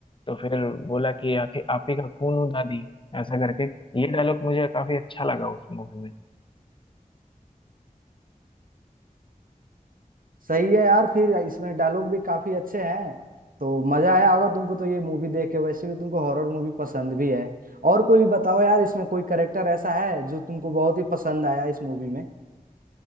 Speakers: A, on the left; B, on the right.
A: तो फिर बोला कि आखिर आप ही का खून हूँ दादी ऐसा करके ये डायलॉग मुझे काफी अच्छा लगा उस मूवी में
B: सही है यार फिर इसमें डायलॉग भी काफी अच्छे हैं तो मजा आया होगा तुमको तो ये मूवी देख के वैसे भी तुमको हॉरर मूवी पसंद भी है और कोई बताओ यार इसमें कोई करेक्टर ऐसा है जो तुमको बहुत ही पसंद आया इस मूवी में